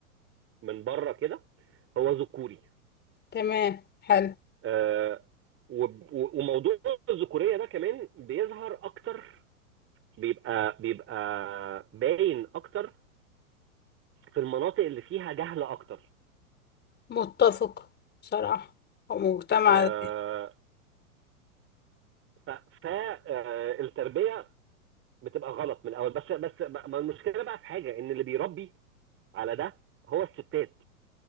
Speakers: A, on the right (about 30°); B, on the left (about 25°).
A: من بره كده هو ذكوري
B: تمام حلو
A: آه وب- و- وموضوع الذكوريه ده كمان بيظهر اكتر بيبقى بيبقى باين اكتر في المناطق اللي فيها جهل اكتر
B: متفق بصراحة هو مجتمع
A: آه، ف- فالتربيه بتبقى غلط من الاول بس بس ما المشكله بقى في حاجه ان اللي بيربي على ده هو الستات